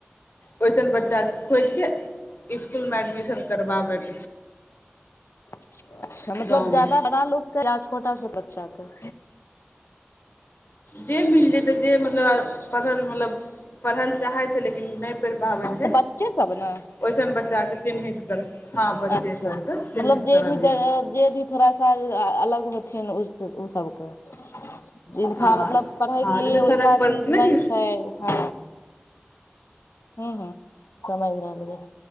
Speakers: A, on the left (about 60°); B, on the left (about 85°).
A: ओइसन बच्चा के खोजि के स्कूल मे एडमिशन करबाबै के
B: अच्छा मतलब
A: गाँवमे
B: जादा बड़ा लोक के या छोटा छोट बच्चा क।
A: जे मिल जेतै जे मतलब पढ़ल मतलब पढ़ ले चाहै छै लेकिन नहि पढ़ि पाबै छै
B: तऽ बच्चे सब ने
A: ओइसन बच्चा के चिन्हित कर हँ
B: अच्छा
A: बच्चे सबके
B: अच्छा
A: चिन्हित
B: मतलब जे
A: करल
B: भी
A: जेतै
B: जेएत जे भी थोड़ास अल - अलग होथिन उ - उ सबके। जिनका
A: हँ
B: मतलब पढ़ैके
A: हँ
B: लिए
A: जैसे सड़क
B: वैसा
A: पर
B: चीज
A: नहि
B: नै छै, ह हूं हुं समझि रहलियै।